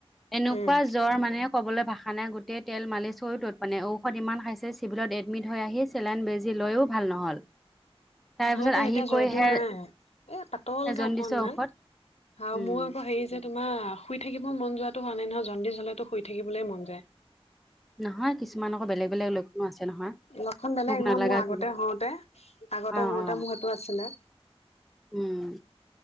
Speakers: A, in the centre; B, on the left.
A: এনেকুৱা
B: উম,
A: জ্বৰ মানে কবলৈ ভাষা নাই গোটেই তেল মালিছ কৰিও তত পোৱা নাই, ঔষধ ইমান খাইচ চিভিলত এডমিট হৈ আহি চেলেন বেজি লৈয়ো ভাল নহ'ল। তাৰ
B: মই
A: পিছত
B: আকৌ
A: আহি
B: এতিয়া
A: কৈ
B: জ্বৰটো
A: হে
B: নাই এ, পাতলকে
A: জণ্ডিচৰ
B: অকণ
A: ঔষধ
B: মান। আৰু
A: উম
B: মোৰ আকৌ হেৰী যে তোমাৰ শুই থাকিব মন যোৱাটো হোৱা নাই নহয় জণ্ডিজ হ'লেতো শুই থাকিবলেই মন যায়।
A: নহয় কিছুমান আকৌ বেলেগ বেলেগ লক্ষণো আছে নহয়।
B: লক্ষণ বেলেগ
A: ভোক নালাগা
B: নহয় মোৰ আগতে
A: কিবা
B: হওঁতে আগতে
A: অ
B: হওঁতে
A: অ
B: মোৰ সেইটো আছিলে।
A: উম,